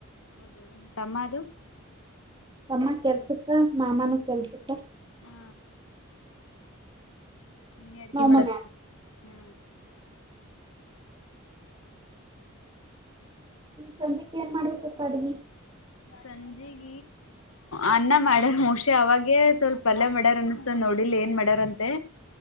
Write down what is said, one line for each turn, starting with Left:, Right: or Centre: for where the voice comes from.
Left: ಹೌದು ತಮ್ಮ ಅದು
Right: ತಮ್ಮ ಕೆಲ್ಸಕ್ಕ ಮಾಮನೂ ಕೆಲ್ಸಕ್ಕ
Left: ಹಾ ನೀನೇ ಅಡಗೆೆ
Right: ನಾವ್
Left: ಮಾಡತ್ತರಿ
Right: ಮನ್ಯಾಗ
Left: ಹಾ.
Right: ಸಂಜ್ಯೆಕ್ಕೆ ಏನ್ ಮಾಡ್ಬೇಕಪ್ಪ ಅಡಿ.
Left: ಸಂಜೆಗ ಅನ್ನ ಮಾಡ್ಯಾರ ಮೋಸ್. ಅವಾಗೇ ಸ್ವಲ್ಪ ಪಲ್ಲಯ ಮಾಡ್ಯಾರ್ ಅನ್ನಸ್ತ ನೋಡಿಲ್ ಏನ್ ಮಾಡ್ಯಾರಂತೆ